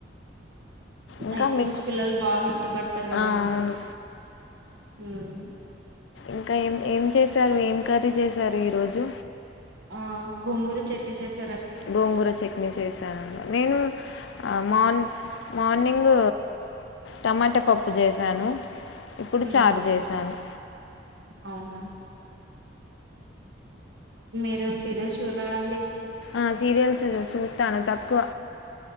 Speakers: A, on the left (about 70°); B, on the right (about 60°).
A: ఇంకా
B: ఐస్ క్రీమ్స్
A: మీకు
B: పిల్లలు బాగా ఇష్టపడతారు కాదండి.
A: ఆ అవును
B: హ్ మ్
A: ఇంకా ఏం ఏం చేసారు. ఏం కర్రీ చేస్ కర్రీ ఈ రోజు.
B: ఆ గోంగూర చట్నీ చేస్
A: గోంగూర చట్నీ చేశాను. నేను మార్ మార్నింగ్ టమాటా పప్పు చేసాను. ఇప్పుడు
B: ఉమ్
A: చారు చేసాను.
B: అవునా. మీరు సీరియల్స్ చూడ్రా అండి.
A: ఆ సీరియల్స్ చూస్తాను తక్కువ